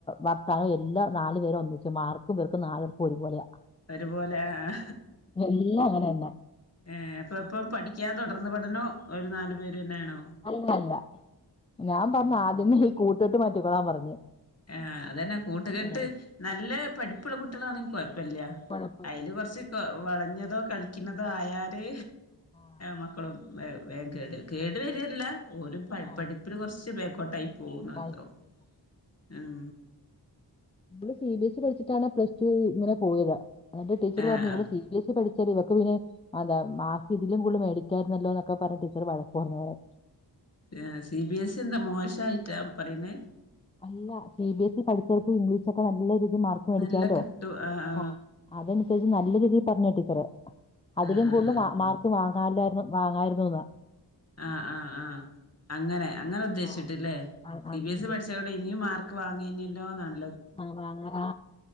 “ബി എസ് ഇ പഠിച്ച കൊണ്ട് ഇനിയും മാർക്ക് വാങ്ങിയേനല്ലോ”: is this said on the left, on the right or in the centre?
Left